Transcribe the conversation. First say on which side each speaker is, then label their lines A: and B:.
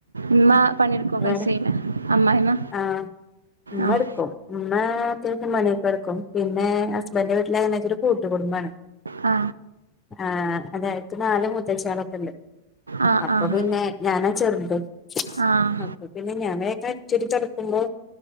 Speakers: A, on the right; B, on the left.
A: ഉമ്മ പണിയെടുക്കുവൊക്കെ
B: വേറെ
A: ചെയ്യില്ലേ അമ്മായിമ്മ
B: ആഹ മ്മടുക്കും
A: ആഹ്
B: ഉം അമ്മ അത്യാവശ്യം പണിയൊക്കെടുക്കും. പിന്നെ ഹസ്ബൻ്റിന്റെ വീട്ടില വെച്ച കൂട്ട് കുടുംബമാണ്.
A: ആ
B: ആഹ അതായക്ക് നാല് മുത്തശ്ശികളൊക്കെണ്ട്
A: ആഹ്
B: അപ്പൊ
A: ആഹ്
B: പിന്ന ഞാനാ ചെറുത്.
A: ആഹ്
B: അപ്പൊ പിന്നെ ഞാനക്കെച്ചെരി തടക്കുമ്പോ